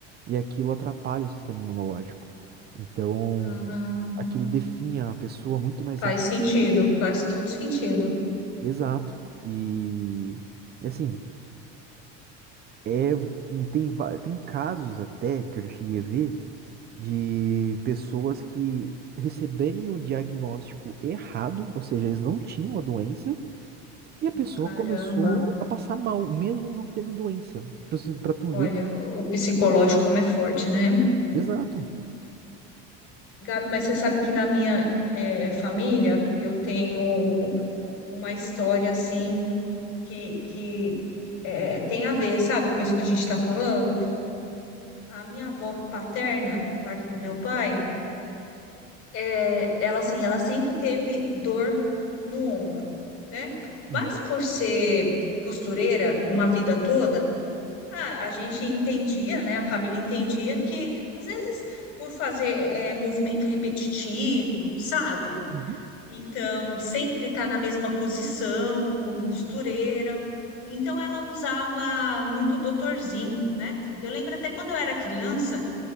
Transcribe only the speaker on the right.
e aquilo atrapalha o sistema imunológico. Então,
aquilo definha a pessoa muito mais
rápido.
Exato. E, e assim, é, tem, va- tem casos até que eu já cheguei a ver de pessoas que receberem o diagnóstico errado, ou seja, eles não tinham a doença, E a pessoa
começou a passar mal, mesmo não tendo doença. Pra, você- pra tu
ver.
Exato.
Uhum.
Uhum.